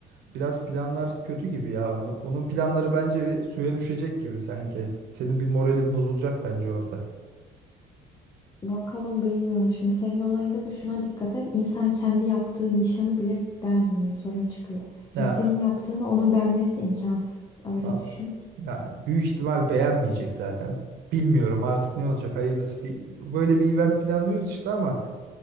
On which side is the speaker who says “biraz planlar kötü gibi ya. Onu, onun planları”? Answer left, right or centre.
Right